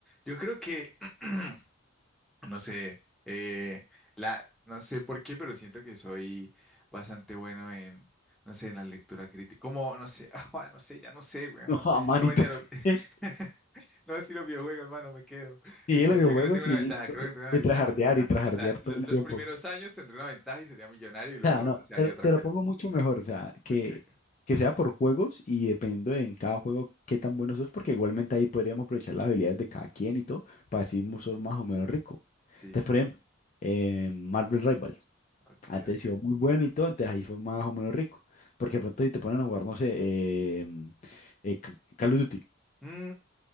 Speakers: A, in the centre; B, on the left.
A: Yo creo que. <clears throat> No sé, eh, la, no sé por qué, pero siento que soy bastante bueno en, no sé, en la lectura crítica. Como, no sé, <laughs> ah, no sé, ya no sé, weón.
B: No, a manito.
A: No me entero.
B: <laughs>
A: <laughs> No, si los videojuegos, hermano, me quedo,
B: Sí,
A: me quedo.
B: los videojuegos
A: Yo creo que tengo
B: sí,
A: una ventaja, creo que tengo una
B: y
A: ventaja.
B: trajardear y trajardear
A: O sea,
B: todo
A: lo- los
B: el tiempo.
A: primeros años tendré una ventaja y sería millonario y luego,
B: O sea, no,
A: no sé,
B: te,
A: haría
B: lo
A: otra
B: te
A: cosa.
B: lo pongo mucho mejor, o sea, que,
A: Ok, ok.
B: que sea por juegos y dependiendo de en cada juego qué tan bueno sos, porque igualmente ahí podríamos aprovechar las habilidades de cada quien y todo, para así mo- sos más o menos rico.
A: Sí,
B: Entonces,
A: sí,
B: por
A: sí.
B: ejemplo, eh, Marvel Rivals,
A: Ok,
B: antes
A: ok.
B: sido muy bueno y todo, entonces ahí fue más o menos rico. Porque de pronto si te ponen a jugar, no sé, eh, eh, Ca- Call of Duty.
A: Mm,